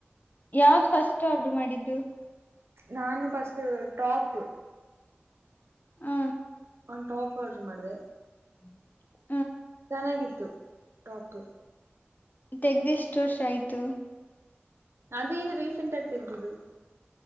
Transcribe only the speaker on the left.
ಯಾವ್ದು ಫಸ್ಟ್ ಆರ್ಡರು ಮಾಡಿದ್ದು <inaudible>
ಹ
<inaudible>
ತೆಗ್ದು ಎಷ್ಟು ವರ್ಷ ಆಯ್ತು